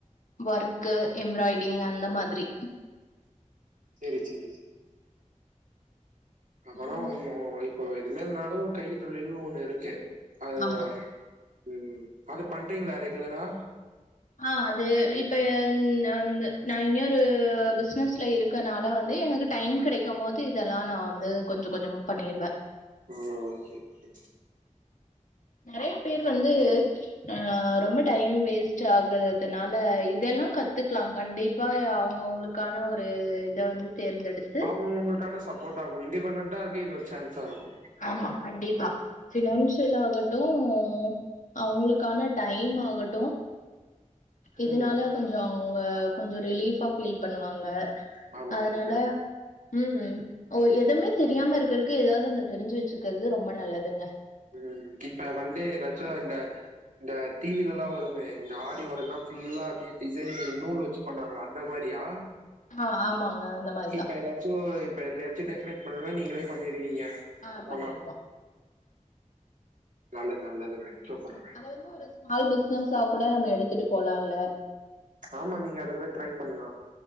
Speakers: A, on the left (about 75°); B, on the right (about 85°).
A: ஒர்க்கு எம்ப்ராய்டிங் அந்த மாதிரி
B: செரி செரி செரி அப்பன்னா
A: பொருளு
B: உங்க வொய்ஃப் இப்போ எது இல்லைனாலு கை தொழில்ன்னு ஒண்ணு இருக்கு அதவ
A: ஆமா
B: ம் அது பண்றீங்களா ரெகுலரா
A: ஆ அது இப்ப அ நா வந்து நா இன்னி ஒரு பிசினஸ்ல இருக்கனால வந்து எனக்கு டைம் கிடைக்கம் போது இதெல்லா நா வந்து கொஞ்சோ கொஞ்சமா பண்ணிருவே
B: ஓ செரி செரி
A: நெறய பேர் வந்து ஆ ரொம்ப டைம் வேஸ்ட் ஆகுறதுனால இதெல்லா கத்துக்கலா கண்டிப்பா அவங்கவுங்களுக் க்கான ஒரு இத வந்து தேர்ந்தெடுத்
B: அவங்கவங்களுக்கான சப்போட்டா இருக்கு இண்டிபெண்டண்டா இருக்க இது ஒரு சான்ஸா இருக்கும்
A: ஆமா கண்டிப்பா பினான்சியல் ஆகட்டும் அவங்களுக்கான டைம் ஆகட்டு இதனால
B: ம்
A: கொஞ்சோ அவங்க கொஞ்சோ ரிலீஃபா ஃபீல் பண்ணுவாங்க
B: ஆமாங்க
A: அதனால
B: நன்றி
A: ம் ம் ஓ எதுமே தெரியாம இருக்கிறதுக்கு ஏதாவது ஒண்ணு தெரிஞ்சு வச்சுக்கிறது ரொம்ப நல்லதுங்க
B: ம் இப்ப வந்தே நேச்சுரலா இந்த இந்த டிவில எல்லா வருமே இந்த ஆரி ஒர்க்னா ஃபுல்லா அப்டியே டிசைனிங் நூல் வச் சு பண்ணாங்ளே அந்த மாதிரியா
A: ஆ ஆமாங்க அந்த மாரிதா
B: இப்ப யாராச்சும் இப்ப <unintelligible> டெக்கரேட் பண்ணனுனா நீங்களே பண்ணிருவீங்க
A: ஆ
B: போனா
A: பண்ணிடருவோ
B: நல்லது நல்லதுங்க சூப்பர்
A: அதாவதுக் கொரு வ ஒரு ஸ்மால் பிஸ்னஸா கூட நம்ம எடுத்துட்டு போலாம்ல்ல
B: ஆமா நீங்க அது கூட ட்ரை பண்லா